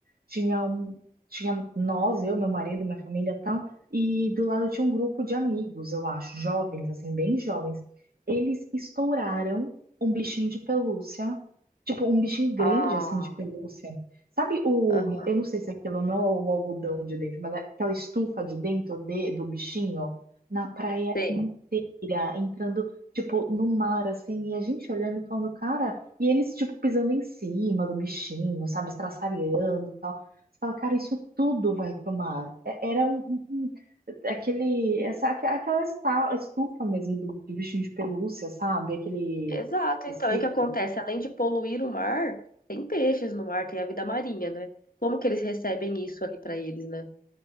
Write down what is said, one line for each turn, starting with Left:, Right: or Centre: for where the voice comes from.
Right: tinha um, tinha nós, eu, meu marido, minha família, tal, e do lado tinha um grupo de amigos, eu acho, jovens, assim, bem jovens. Eles estouraram um bichinho de pelúcia, tipo um bichinho grande
Left: Ah,
Right: assim de pelúcia. Sabe o,
Left: aham.
Right: eu não sei se aquilo não é o algodão de dentro, mas é aquela estufa de dentro de, do bichinho na praia
Left: Sei.
Right: inteira, entrando tipo no mar assim, e a gente olhando e falando, cara, e eles tipo pisando em cima do bichinho, sabe, estraçalhando, tal. Você fala, cara, isso tudo vai pro mar. É- Era um, um- um- aquele, essa, aqua- aquela esta- estufa mesmo do, do bichinho de pelúcia, sabe? Aquele
Left: Exato.
Right: tecido.
Left: Então, e o que acontece? Além de poluir o mar, tem peixes no mar, tem a vida marinha, né? Como que eles recebem isso ali pra eles, né?